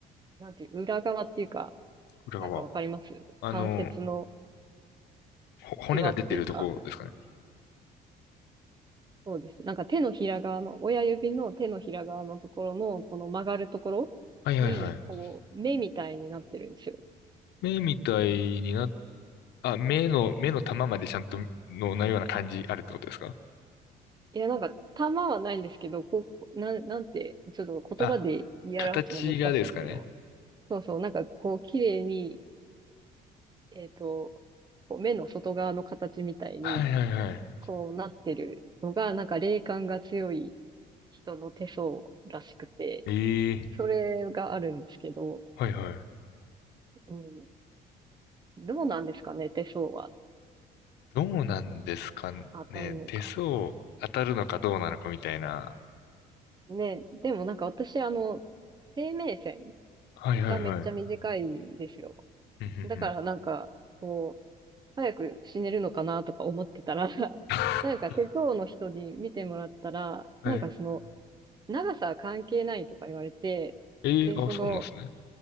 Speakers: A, on the right; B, on the left.
A: なんていう、裏側っていうか、
B: 裏側。
A: なんかわかります関節の
B: あの、ほ骨が出てるところですかね。
A: シワっていうか、そうです。なんか手のひら側の、親指の手のひら側のところの、この曲がるところに、
B: はいはいはい。
A: こう、目みたいになってるんですよ。
B: 目みたいにな、あ、目の、目の玉までちゃんとの、なような感じあるってことですか
A: いや、なんか、玉はないんですけど、こう、なん、なんて、ちょっと言葉で言い表すの難しいけど、
B: あ、形がですかね。
A: そうそう、なんかこう、綺麗に、えっと、こう目の外側の形みたいに、
B: はいはいはい。
A: こうなってるのが、なんか霊感が強い人の手相らしくて、
B: ええ
A: それがあるんですけど、
B: はいはい。
A: うん、どうなんですかね、手相は
B: どうなんですかね。
A: 当たるのか。
B: 手相当たるのかどうなのかみたいな。
A: ね、でもなんか私、あの、生命線
B: はいはいはい。
A: がめっちゃ短いんですよ。
B: うんうんうん
A: だからなんか、こう、早く死ねるのかなとか思ってたら、<laughs>
B: <laughs>
A: なんか手相の人に見てもらったら、
B: はい。
A: なんかその、長さは関係ないとか言われて、
B: えーあ、
A: で、その、
B: そうなんですね。